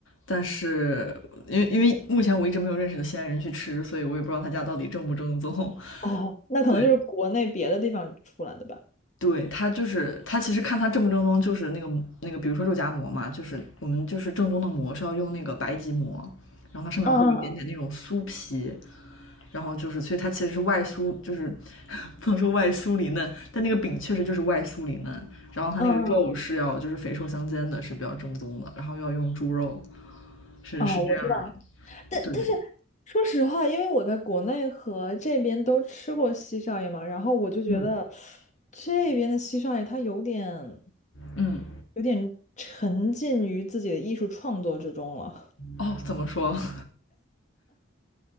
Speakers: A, on the left (about 80°); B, on the left (about 35°).
A: 但是因为因为目前我一直没有认识的西安人去吃，所以我也不知道他家到底正不正宗。<laughs>
B: 哦，那可能就是国内别的地方出来的吧。
A: 对，对，他就是他，其实看他正不正宗，就是那个那个，比如说肉夹馍嘛，就是我们就是正宗的馍是要用那个白吉馍，然后它上面会有一点点那种酥皮，
B: 嗯嗯
A: 然后就是，所以它其实是外酥，就是 <laughs> 不能说外酥里嫩，但那个饼确实就是外酥里嫩，然后它那个肉是要就是肥瘦相间的，
B: 嗯嗯嗯，嗯，
A: 是比较正宗的，然后要用猪肉，是是这样儿
B: 哦，我知道。但但是
A: 的对，
B: 说实话，因为我在国内和这边都吃过西少爷嘛，然后我就觉得
A: 嗯
B: 这边的西少爷他有点
A: 嗯，
B: 有点沉浸于自己的艺术创作之中了。
A: 哦，怎么说？<laughs>